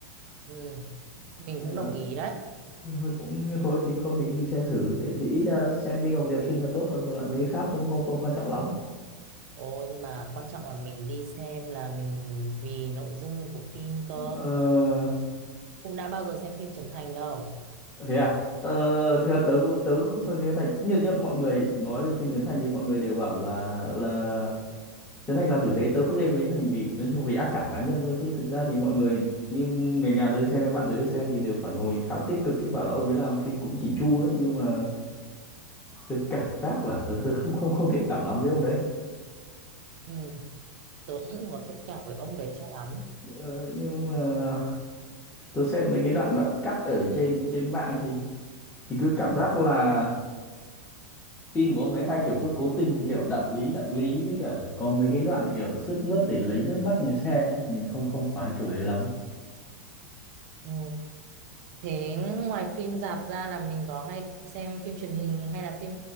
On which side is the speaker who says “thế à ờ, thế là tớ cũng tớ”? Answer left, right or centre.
Left